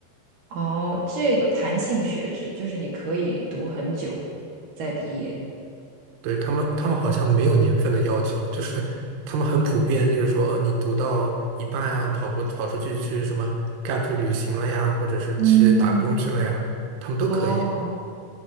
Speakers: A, on the right (about 65°); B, on the right (about 80°).
A: 哦，这有弹性学制，就是你可以读很久再毕业，
B: 对，他们，他们好像没有年份的要求，就是他们很普遍，就是说你读到一半啊，跑过跑出去去什么 gap 旅行了呀，或者是去打工去了呀，
A: 嗯，
B: 他们都可以。
A: 哦，